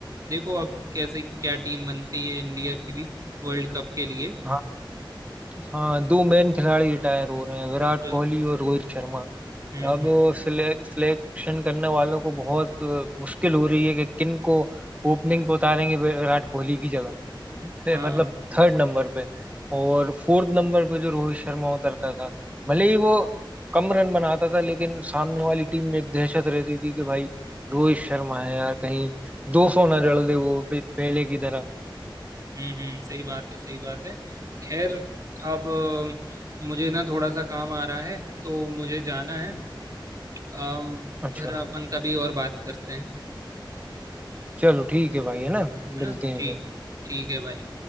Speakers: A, on the right; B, on the right.
A: देखो अब कैसे क्या टीम बनती है इंडिया की भी वर्ल्ड कप के लिए
B: हाँ हाँ दो मेन खिलाड़ी रिटायर हो रहे हैं विराट
A: बिल-
B: कोहली और रोहित शर्मा
A: हम्म
B: अब
A: हम्म
B: सिलेक्शन करने वालों को बहुत अ, मुश्किल हो रही है कि किन को ओपनिंग पे उतारेंगे विराट कोहली की जगह है,
A: हाँ
B: मतलब थर्ड नंबर पे और फोर्थ नंबर पे जो रोहित शर्मा उतरता था भले ही वो कम रन बनाता था लेकिन सामने वाली टीम में एक दहशत रहती थी कि भाई रोहित शर्मा है यार कहीं 200 ना जड़ दे वो पे- पहले की तरह
A: हम्म हम्म, सही बात है सही बात है खैर अब अ, मुझे ना थोड़ा सा काम आ रहा है तो मुझे जाना है अम,
B: अच्छा
A: फिर अपन कभी और बात करते हैं
B: चलो ठीक है भाई है ना
A: है
B: मिलते
A: ना
B: हैं
A: ठीक
B: फिर
A: ठीक है भाई